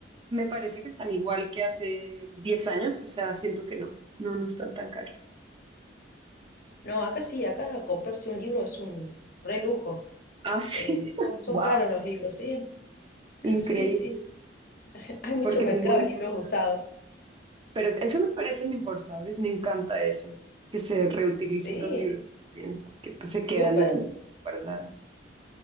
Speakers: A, on the right (about 30°); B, on the left (about 55°).
A: Me parece que están igual que hace 10 años, o sea, siento que no, no, no están tan caros.
B: No, acá sí, acá comprarse un libro es un re lujo.
A: Ah, sí,
B: Eh,
A: <laughs>
B: son, son
A: wow,
B: caros los libros, sí. <laughs>
A: increíble,
B: Sí, sí. Hay mucho
A: porque
B: mercado
A: es muy importante.
B: de libros usados.
A: Pero eso me parece mejor, ¿sabes? Me encanta eso, que se reutilicen
B: Sí,
A: los libros también, porque pues, se
B: súper.
A: quedan ahí guardados.